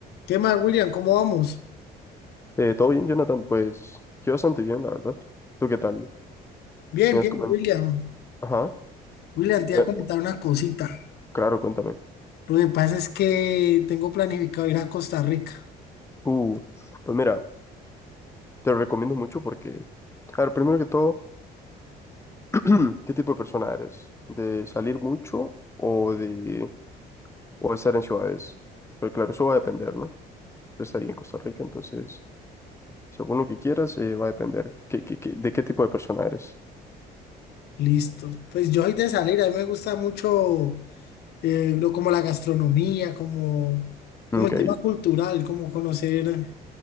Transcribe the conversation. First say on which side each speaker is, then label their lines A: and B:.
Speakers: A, on the left (about 70°); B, on the left (about 15°).
A: ¿Qué más, William? ¿Cómo vamos?
B: Eh, ¿todo bien, Jonathan? Pues yo bastante bien, la verdad. ¿Tú qué tal?
A: Bien,
B: ¿Me
A: bien,
B: has comen-
A: William.
B: Ajá.
A: William, te
B: Eh,
A: iba a comentar una cosita.
B: claro, cuéntame.
A: Lo que pasa es que tengo planificado ir a Costa Rica.
B: Uh, pues mira, te lo recomiendo mucho porque, a ver, primero que todo, <clears throat> ¿qué tipo de persona eres? ¿De salir mucho o de, o de estar en ciudades? Pues claro, eso va a depender, ¿no? Estás ahí en Costa Rica, entonces, según lo que quieras, eh, va a depender. ¿Qué, qué, qué- de qué tipo de persona eres?
A: Listo. Pues yo soy de salir, a mí me gusta mucho eh, lo, como la gastronomía, como, como
B: Ok,
A: el tema cultural, como conocer